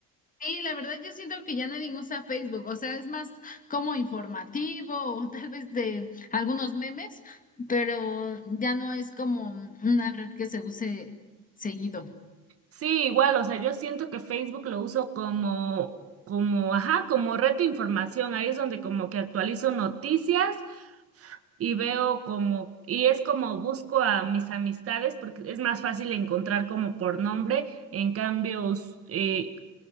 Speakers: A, on the left; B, on the right.
A: Y la verdad yo siento que ya nadie usa Facebook, o sea, es más como informativo o tal vez de algunos memes, pero ya no es como una red que se use seguido.
B: Sí, igual, o sea, yo siento que Facebook lo uso como, como, ajá, como red de información. Ahí es donde como que actualizo noticias y veo como, y es como busco a mis amistades porque es más fácil encontrar como por nombre. En cambio, us- eh,